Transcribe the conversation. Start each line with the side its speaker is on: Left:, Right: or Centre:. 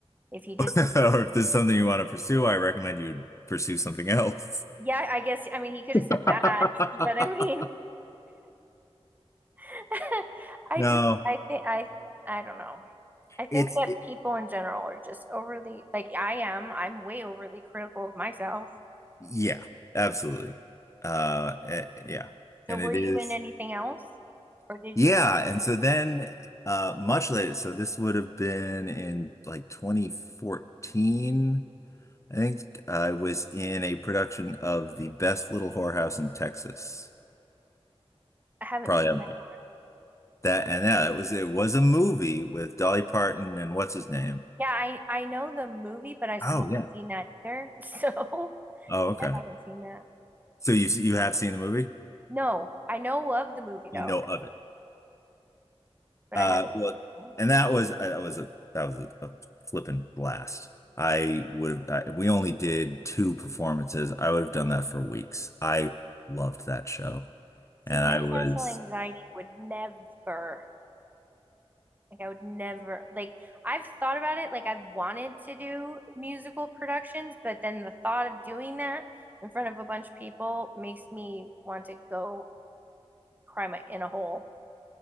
Right: if he
Left: <laughs>
Right: did
Left: Or if this is something you want to pursue, I recommend you pursue something else.
Right: yeah i guess i mean he could
Left: <laughs>
Right: have said that but i mean <laughs> i
Left: No,
Right: just i think i i don't know i think
Left: it's
Right: that
Left: it,
Right: people in general are just overly like i am i'm way overly critical of myself
Left: yeah, absolutely. Uh eh, yeah.
Right: so
Left: And
Right: were
Left: it
Right: you
Left: is
Right: in anything else or did
Left: yeah,
Right: you
Left: and so then uh much later, so this would have been in like 2014. I think I was in a production of The Best Little Whorehouse in Texas.
Right: I haven't
Left: Probably
Right: seen
Left: haven't
Right: that.
Left: heard that and yeah, it was it was a movie with Dolly Parton and what's his name?
Right: Yeah, I I know the movie, but I still
Left: Oh yeah.
Right: haven't seen that either. <laughs> So
Left: Oh
Right: I
Left: okay.
Right: haven't seen that.
Left: So you you have seen the movie?
Right: No, I know of the movie
Left: You
Right: though,
Left: know of it.
Right: but
Left: Uh
Right: I haven't,
Left: well
Right: haven't seen it.
Left: and that was uh, that was a that was a, a flippin' blast. I would have I, we only did two performances. I would have done that for weeks. I loved that show.
Right: See,
Left: And
Right: my
Left: I was,
Right: social anxiety would never, like, I would never, like, I've thought about it. Like, I've wanted to do musical productions, but then the thought of doing that in front of a bunch of people makes me want to go cry my in a hole.